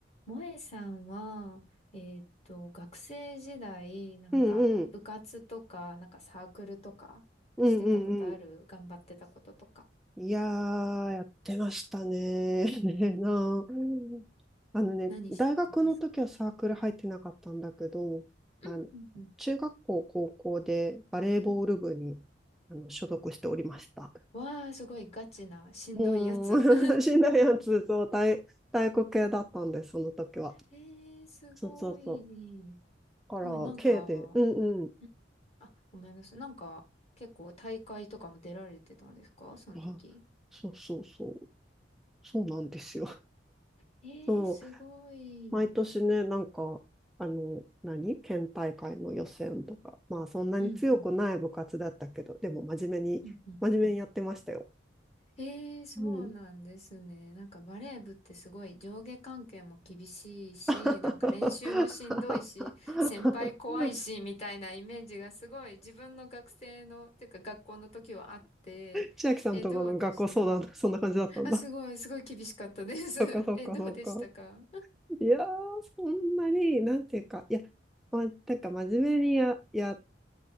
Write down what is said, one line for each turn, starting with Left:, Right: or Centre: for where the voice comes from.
Left: 萌えさんは、えーっと、学生時代、なんか、
Centre: うんうん。
Left: 部活とか、なんかサークルとか、
Centre: うんうんう
Left: してたことある頑張ってたこととか。
Centre: ん。いやー、やってましたね。<laughs> なあ。あのね、
Left: 何してたんですか
Centre: 大学の時はサークル入ってなかったんだけど、
Left: うん、
Centre: あの、
Left: うん、うん。
Centre: 中学校、高校でバレーボール部にあの所属しておりました。
Left: うんうんわあ、すごいガチな、しんどいやつ。
Centre: もう、
Left: <laughs>
Centre: <laughs> しんどいやつ、そう、体、体育系だったんです、その時は。
Left: えー、すごい。
Centre: そうそうそう。だから、
Left: すごい、なんか、
Centre: K で、うんうん。
Left: んあ、ごめんなさい。なんか、結構大会とかも出られてたんですかその時。
Centre: あ、そうそうそう。そうなんですよ。
Left: えー、
Centre: そう。
Left: すごい。
Centre: 毎年ね、なんか、あの、何県大会の予選とか、まあそんなに強くない部活だったけど、
Left: うん、うん、
Centre: でも真面目に、
Left: うん、うん。
Centre: 真面目にやってましたよ。
Left: ええ、そうなんですね。
Centre: うん。
Left: なんかバレー部ってすごい上下関係も厳しいし、
Centre: <laughs>
Left: なんか練習もしんどいし、先輩怖いし、みたいなイメージがすごい自分の学生の、てか学校の時はあって、
Centre: 千秋さんとこの学校相談、
Left: え、どうでした
Centre: そんな感じだったんだ。
Left: あ、すごい、すごい厳しかったです。
Centre: そっかそっかそっか。
Left: <laughs> え、どうでしたか
Centre: いやー、そんなに、なんていうか、いや、ま、なんか真面目にや、やっ